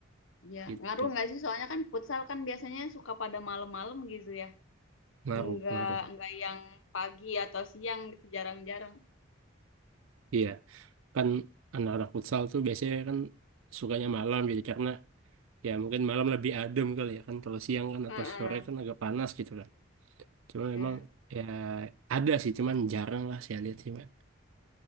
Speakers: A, on the left (about 70°); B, on the right (about 75°).
A: ya
B: gitu
A: ngaruh nggak sih soalnya kan futsal kan biasanya suka pada malam-malam gitu ya
B: ngaruh
A: nggak
B: ngaruh
A: nggak yang pagi atau siang gitu jarang-jarang
B: iya kan anak-anak futsal tuh biasanya kan sukanya malam jadi karena ya mungkin malam lebih adem kali ya kan kalau siang kan
A: Heeh.
B: atau sore kan agak panas gitu kan cuma
A: ya
B: memang ya ada sih cuman jarang lah saya lihat sih Mbak.